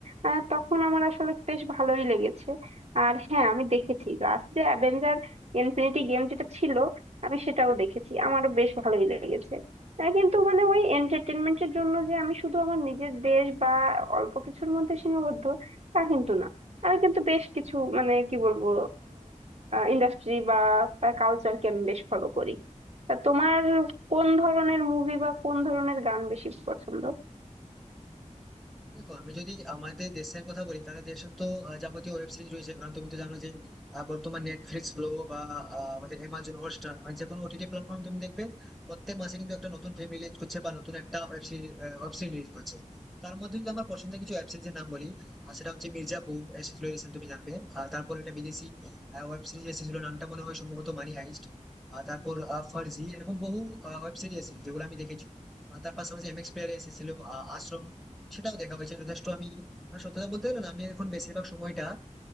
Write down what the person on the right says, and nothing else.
আহ, তখন আমার আসলে বেশ ভালোই লেগেছে আর হ্যাঁ আমি দেখেছি লাস্ট যে অ্যাভেঞ্জার ইনফিনিটি গেম যেটা ছিল আমি সেটাও দেখেছি আমারও বেশ ভালোই লেগেছে আহ, কিন্তু মানে ওই এন্টারটেনমেন্টের জন্য যে আমি শুধু আমার নিজের দেশ বা অল্প কিছুর মধ্যে সীমাবদ্ধ তা কিন্তু না আমি কিন্তু বেশ কিছু মানে কি বলবো ইন্ডাস্ট্রি বা কালচারকে আমি বেশ ফলো করি তা তোমার কোন ধরনের মুভি বা কোন ধরনের গান বেশি পছন্দ